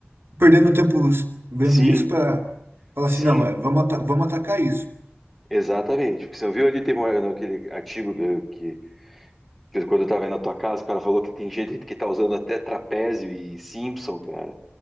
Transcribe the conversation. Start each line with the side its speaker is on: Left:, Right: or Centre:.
Right: perdendo tempo vendo
Centre: Sim,
Right: isso para falar
Centre: sim,
Right: assim, não, é, vamos, ata- vamos atacar isso.
Centre: exatamente. Porque Você viu ali, teve um, aquele artigo eh, que, que quando eu estava aí na tua casa, o cara falou que tem gente que tá usando até trapézio e Simpson, cara.